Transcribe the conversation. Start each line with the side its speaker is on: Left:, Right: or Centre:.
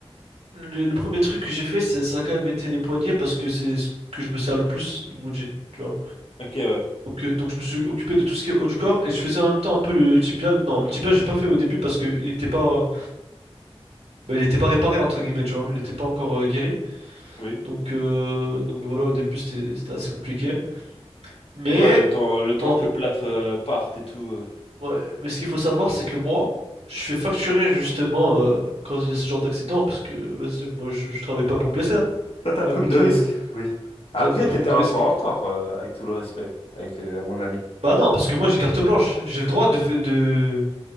Right: le, le premier truc que j'ai fait, c'est, ça a quand même été les poignets, parce que c'est ce que je me sers le plus, ils m'ont dit. tu vois.
Left: Ok, ouais.
Right: Donc, euh, donc je me suis occupé de tout ce qui est haut du corps et je faisais en même temps un peu le tibial. Non, le tibial j'ai pas fait au début parce que il était pas, bah, il était pas réparé entre guillemets, tu vois. Il était pas encore euh, guéri.
Left: Oui.
Right: Donc, euh, donc voilà, au début c'était, c'était assez compliqué. Mais,
Left: Ouais, le temps, le temps
Right: en
Left: que
Right: re-
Left: le plâtre euh, parte et tout. euh.
Right: ouais, mais ce qu'il faut savoir c'est que moi, je fais facturer justement euh, quand il y a ce genre d'accident parce que vas-y, moi je, je travaille pas pour me blesser. Hein.
Left: T'as ta
Right: C'est pas
Left: prime
Right: le but,
Left: de risque,
Right: euh,
Left: oui. Après,
Right: ouais, ma prime
Left: t'étais
Right: de
Left: un
Right: risque.
Left: peu en retard, euh, avec tout le respect, avec euh, mon ami.
Right: Bah non, parce que moi j'ai carte blanche. J'ai le droit de fa- de